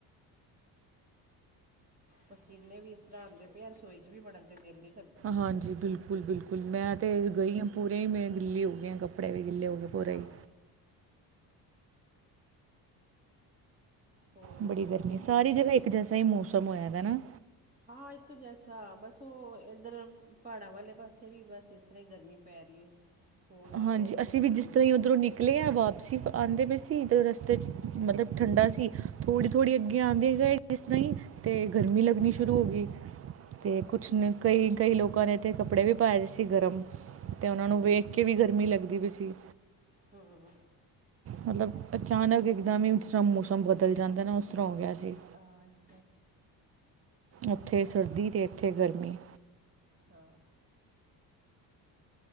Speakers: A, on the right; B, on the right.
A: ਪਸੀਨੇ ਵੀ ਇਸ ਤਰ੍ਹਾਂ ਆਉਂਦੇ ਪਏ ਆ ਰਸੋਈ ਚ ਵੀ ਵੜਨ ਨੂੰ ਵੀ ਦਿਲ ਨੀ
B: ਹਾਂਜੀ, ਬਿਲਕੁਲ- ਬਿਲਕੁਲ ਮੈਂ ਤਾਂ ਗਈ ਹਾਂ ਪੂਰੇ ਹੀ ਮੈਂ ਗਿੱਲੀ ਹੋ ਗਈ ਹਾਂ ਕੱਪੜੇ ਵੀ ਗਿੱਲੇ ਹੋ ਗਏ ਪੂਰੇ
A: ਹਾਂ
B: ਹੀ
A: ਹੋਰ
B: ਬੜੀ
A: ਬੱਚੇ
B: ਗਰਮੀ,
A: ਠੀਕ
B: ਸਾਰੀ
A: ਛੋਟੇ
B: ਜਗ੍ਹਾ ਇੱਕ ਜੈਸਾ ਹੀ ਮੌਸਮ ਹੋਇਆ ਤਾਂ ਹੈ
A: ਹਾਂ ਇੱਕ ਜੈਸਾ, ਬਸ ਉਹ ਇੱਧਰ ਪਹਾੜਾਂ ਵਾਲੇ ਪਾਸੇ ਵੀ ਬਸ ਇਸ ਤਰ੍ਹਾਂ ਹੀ ਗਰਮੀ ਪੈ ਰਹੀ ਹੈ ਫੋਨ ਆ
B: ਹਾਂਜੀ,
A: ਰਹੇ ਨੇ
B: ਅਸੀਂ
A: ਗਰਮੀ
B: ਵੀ
A: ਬਹੁਤ
B: ਜਿਸ ਤਰ੍ਹਾਂ
A: ਹੋ
B: ਹੀ ਉੱਧਰੋਂ
A: ਗਈ
B: ਨਿਕਲੇ ਹਾਂ ਵਾਪ ਸੀ ਆਉਂਦੇ ਪਏ ਸੀ ਤੇ ਰਸਤੇ ਚ, ਮਤਲਬ ਠੰਡਾ ਸੀ ਥੋੜ੍ਹੀ- ਥੋੜ੍ਹੀ ਅੱਗੇ ਆਉਂਦੀ ਗਏ ਜਿਸ ਤਰ੍ਹਾਂ ਹੀ ਤੇ ਗਰਮੀ ਲੱਗਣੀ ਸ਼ੁਰੂ ਹੋ ਗਈ
A: ਹਾਂ
B: ਤੇ ਕੁਛ ਕਈ -ਕਈ ਲੋਕਾਂ ਨੇ ਤੇ ਕੱਪੜੇ ਵੀ ਪਾਏ ਸੀ ਗਰਮ, ਤੇ ਉਹਨਾਂ ਨੂੰ ਵੇਖ ਕੇ ਕਿ ਵੀਂ ਗਰਮੀ ਲੱਗਦੀ ਪਈ ਸੀ
A: ਹਮ
B: ਮਤਲਬ ਅਚਾਨਕ ਇੱਕਦਮ ਹੀ ਉਸ੍ਹਾਂ ਮੌਸਮ ਬਦਲ ਜਾਂਦਾ ਨਾ ਤਰ੍ਹਾਂ ਹੋ ਗਿਆ
A: ਬਦਲ
B: ਸੀ
A: ਇਸ
B: ਉੱਥੇ ਸਰਦੀ ਤੇ ਇੱਥੇ ਗਰਮੀ
A: ਹਾਂ